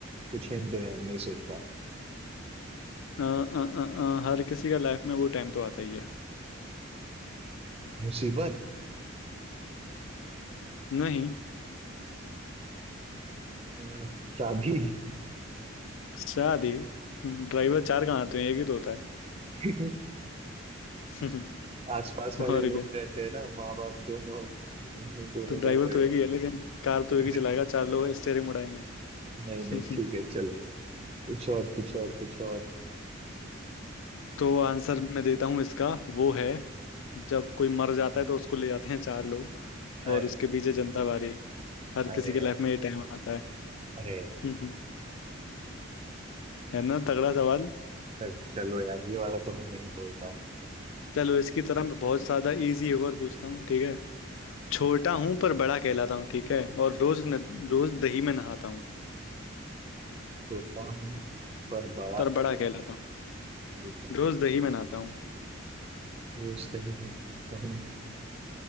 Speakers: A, on the right; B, on the left.
A: कुछ हिंट दो यार नहीं सोच पा रहा हूँ।
B: अ, अ, अ, हर किसी का लाइफ में वो टाइम तो आता ही है
A: मुसीबत
B: नहीं
A: अ, शादी
B: शादी हम्म, ड्राइवर चार कहाँ आते हैं एक ही तो होता है
A: <laughs>
B: <laughs>
A: आसपास वाले
B: और
A: लोग
B: क्या
A: रहते हैं ना माँ बाप दोनों दोनों
B: तो ड्राइवर
A: गए प्रयोग
B: तो एक ही है लेकिन कार तो
A: नहीं
B: एक ही चलाएगा चार लोग स्टेयरिंग मुड़ाएंगे
A: नहीं
B: <laughs>
A: ठीक है चलो कुछ और कुछ और कुछ और
B: तो आंसर मैं देता हूँ इसका वो है जब कोई मर जाता है तो उसको ले जाते हैं चार लोग
A: अरे
B: और उसके पीछे जनता भारी हर
A: अरे
B: किसी के लाइफ में ये टाइम आता
A: अरे
B: है <laughs> है ना तगड़ा सवाल
A: अरे, चलो यार ये वाला तो मैं नहीं बोल पा रहा
B: चलो इसकी तरह मैं बहुत ज्यादा इजी एक और पूछता हूँ ठीक है छोटा हूँ पर बड़ा कहलाता हूँ ठीक है और रोज न, रोज दही में नहाता हूँ
A: छोटा हूँ पर बड़ा
B: पर
A: कहला
B: बड़ा कहलाता हूँ
A: ठीक है
B: रोज दही में नहाता हूँ
A: वो सही है हूँ